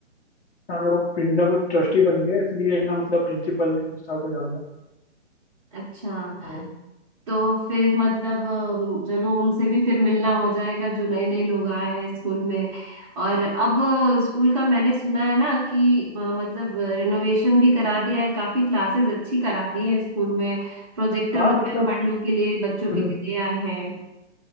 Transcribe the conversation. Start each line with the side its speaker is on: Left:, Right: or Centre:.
Left: हाँ वो प्रिंसिपल वो ट्रस्टी बन गया इसलिए है ना मतलब प्रिंसिपल गुस्सा को आ गया
Right: अच्छा
Left: तो
Right: तो फिर मतलब अम, चलो उनसे भी फिर मिलना हो जाएगा जो नए नए लोग आए हैं स्कूल में और अब अ, स्कूल का मैंने सुना है ना कि अ, मतलब रिनोवेशन भी करा दिया है काफी क्लासेस अच्छी करा दी है स्कूल में प्रोजेक्टर
Left: हाँ
Right: वगैरह
Left: मतलब
Right: पढ़ने के लिए बच्चों
Left: हम्म,
Right: के लिए दे आए हैं